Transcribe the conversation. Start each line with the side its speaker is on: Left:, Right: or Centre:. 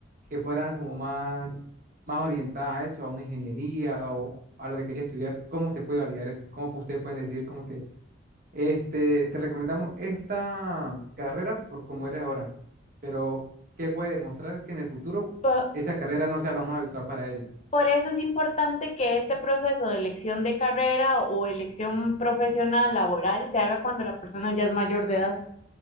Right: que fueran como más, más orientadas a eso, a una ingeniería o a lo que quería estudiar, ¿cómo se puede validar eso? ¿Cómo pu- ustedes pueden decir como que este, te recomendamos esta carrera por cómo eres ahora, pero ¿qué puede demostrar que en el futuro
Left: Po-
Right: esa carrera no sea lo más habitual para ella?
Left: Por, eso es importante que este proceso de elección de carrera o elección profesional laboral se haga cuando la persona ya es mayor de edad.